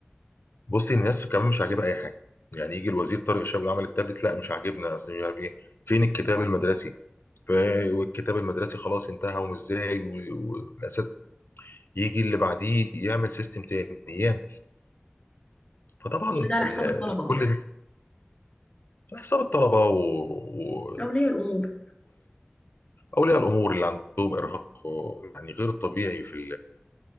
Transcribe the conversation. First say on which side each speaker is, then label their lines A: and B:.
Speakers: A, on the left; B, on the left.
A: بصي الناس كمان مش عاجبها اي حاجه يعني يجي الوزير طارق شوقي عمل التابلت لا مش عاجبنا اصل مش عارف ايه فين الكتاب المدرسي ف... والكتاب المدرسي خلاص انتهى وازاي و- والاسد يجي اللي بعديه يعمل سيستم تاني يعمل- فطبعا
B: كل ده على
A: ال...
B: حساب الطلبة
A: كل
B: أصلا
A: ده على حساب الطلبه و... و...
B: أولياء الأمور
A: اولياء الامور اللي عندهم ارهاق يعني غير طبيعي في